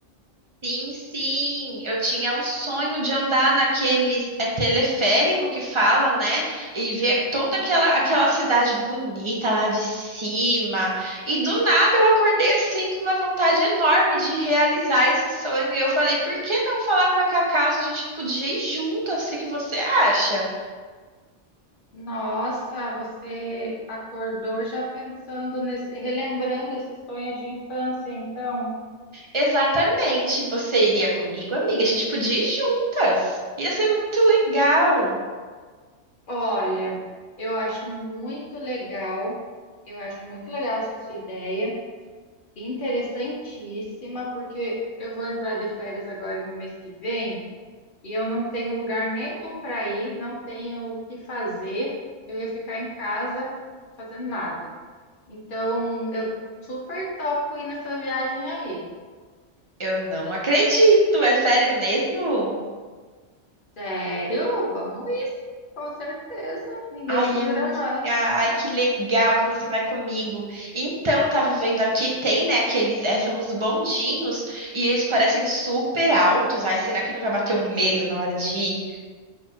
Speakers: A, on the right; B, on the left.
A: Sim, sim, eu tinha o sonho de andar naquele é, teleférico que fala, né? E ver toda
B: Uhum.
A: aquela, aquela cidade bonita lá de cima. E do nada eu acordei assim com uma vontade enorme de realizar esse sonho. E eu falei, por que não falar para Cacau se a gente podia ir juntas? O que que você acha?
B: Nossa, você acordou já pensando nesse, relembrando esse sonho de infância, então.
A: Exatamente, você iria comigo, amiga? A gente podia ir juntas. Ia ser muito legal.
B: Olha, eu acho muito legal, eu acho muito legal essa sua ideia, interessantíssima, porque eu vou entrar de férias agora no mês que vem e eu não tenho lugar nenhum para ir, não tenho o que fazer, eu ia ficar em casa fazendo nada. Então, eu super topo ir nessa viagem aí.
A: Eu não acredito, é sério mesmo?
B: Sério? Vamos isso, com certeza. Ninguém
A: Ai,
B: segura
A: amiga,
B: nós.
A: ai, que legal que você vai comigo. Então, eu tava vendo aqui, que tem, né, aqueles, eh, são os bondinhos, e eles parecem super altos. Ai, será que não vai bater um medo na hora de ir?